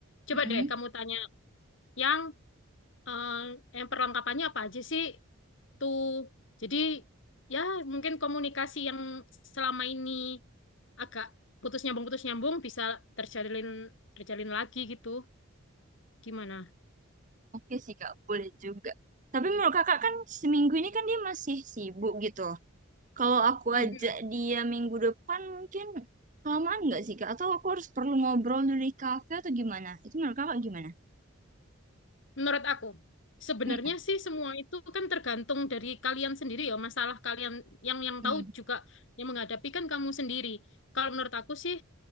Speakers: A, on the left (about 60°); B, on the right (about 35°).
A: coba
B: Mm-mm.
A: deh kamu tanya yang eh, yang perlengkapannya apa aja sih tuh. Jadi ya mungkin komunikasi yang selama ini agak putus nyambung putus nyambung bisa terjalin terjalin lagi gitu. Gimana?
B: Oke sih, Kak. Boleh juga. Tapi menurut Kakak kan seminggu ini kan dia masih sibuk gitu. Kalau aku
A: <laughs>
B: ajak dia minggu depan mungkin kelamaan nggak sih Kak? Atau aku harus perlu ngobrol dulu di kafe atau gimana? Itu menurut Kakak gimana?
A: Menurut aku, sebenarnya
B: Mm-mm.
A: sih semua itu kan tergantung dari kalian sendiri ya, masalah kalian yang yang
B: Hmm,
A: tahu juga yang menghadapi kan kamu sendiri. Kalau menurut aku sih